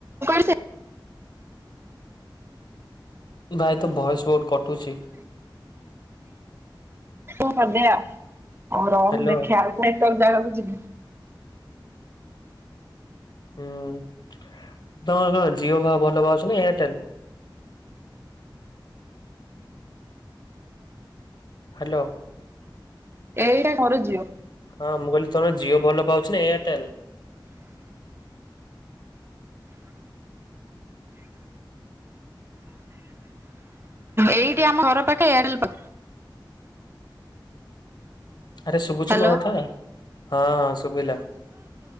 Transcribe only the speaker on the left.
ଭାଇ ତ ଭଏସ ବହୁତ କଟୁଛି।
ହ୍ୟାଲୋ
ହୁଁ ତମର କଣ ଜିଓ ବା ଭଲ ପା ଅଛି ନା ଏୟାରଟେଲ। ହାଲୋ।
ହଁ ମୁଁ କହିଲି ତମର ଜିଓ ଭଲ ପାଉଛି ନା ଏୟାରଟେଲ।
ଆରେ ଶୁଭୁଛିୁ
ମୋ କଥା ହଁ ହଁ ଶୁଭିଲା।